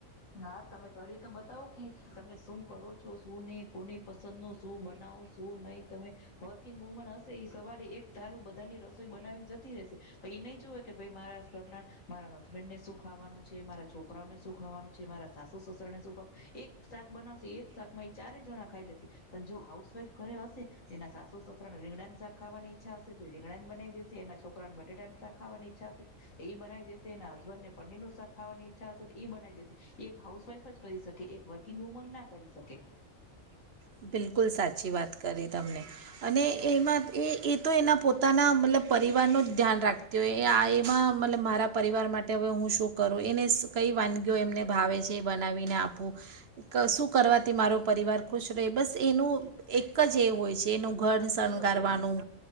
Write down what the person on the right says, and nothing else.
બિલકુલ સાચી વાત કરી એના પોતાના મતલબ પરિવારનું જ ધ્યાન રાખતી હોય આ એમાં મતલબ મારા પરિવાર માટે હવે હું શું કરું એને કઈ વાનગીઓ એમને ભાવે છે બનાવીને આપું, શું કરવાથી મારો પરિવાર ખુશ રહે બસ એનું એક જ એ હોય છે. એનું ઘન
શણગારવાનું.